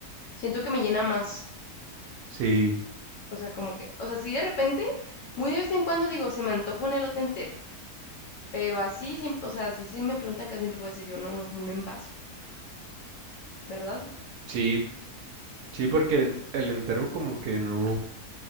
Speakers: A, on the left; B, on the right.
A: Siento que me llena más.
B: Sí,
A: O sea, como que, o sea, si de repente, muy de vez en cuando digo, se me antoja un elote entero. Pero así, siempre, o sea, si sí me preguntan casi siempre voy a decir yo no, un envaso, ¿verdad?
B: sí, sí, porque el entero como que no.